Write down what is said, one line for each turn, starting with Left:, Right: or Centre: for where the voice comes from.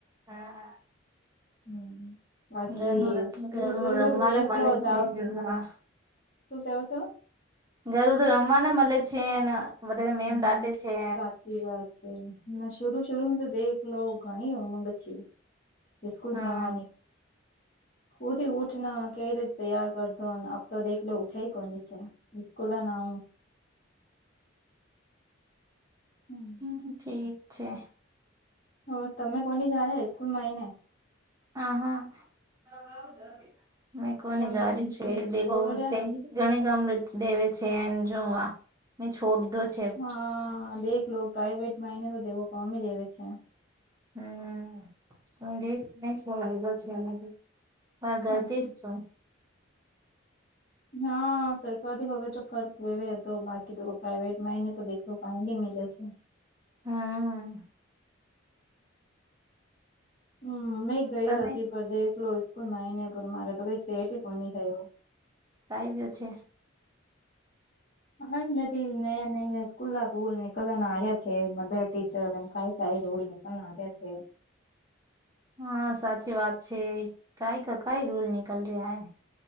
Right: હા
Left: હું બાકી
Right: ઘરનું ઘરનું
Left: શરૂ મેં
Right: રમવાને
Left: તો દેખલો
Right: મળે
Left: જાઓ.
Right: છે હા
Left: શું કેવો છો?
Right: ઘરું તો રમવાને મલે છે, નેમ
Left: હમ
Right: દાટે છે.
Left: સાચી વાત ના શરૂ શરૂમાં તો દેખલો ઘણી ઉમંગ છે. સ્કૂલ
Right: હા
Left: જવાની. ખુદ ઉઠ ના કંઈ રીતે તૈયાર કરતો અતો દેખલો ઉઠે કોણ નીચે. સ્કૂલ ના આવું. હમ.
Right: હમ્મ, ઠીક છે.
Left: અહ તમે કોની જારે, સ્કૂલમાં આવીઈ ને.
Right: હા, હા મેં કોની
Left: તમે
Right: જાયું છે, દેખો
Left: બોલ્યા
Right: સેમ
Left: જ
Right: ઘણી અમૃત દેવે છે, એમ જોવા મેં છોડ દોજ.
Left: હા, દેખલો પ્રાાઈવેટમાં એને તો દેવો કમ દેવે છે.
Right: હમ, <unintelligible> બર્ગર
Left: સાચી
Right: પીસ છું.
Left: હા, સરકારી હવે તો ફર્ક વેવે તો બાકી તો પ્રાઇવેટમાં એને તો દે તો કાંડી મીલે છે.
Right: હા.
Left: હું મે ગઈ
Right: તમે
Left: હતી, પણ દેખલો સ્કૂલમાં આવીઈને પણ મારે તો કંઈ સેટ કોન થયો.
Right: કાંઈ બીઅ છે.
Left: હા નથી નયા નયા સ્કૂલ ના રોલ નીકળવાના આયા છે, મધર ટીચર અને કાય તારી રોલ નીકળી. હું આવીયા છેે.
Right: હા, સાચી વાત છે, કંઈ કાય કંઈ રોલ નિકલ રહ્યા હે.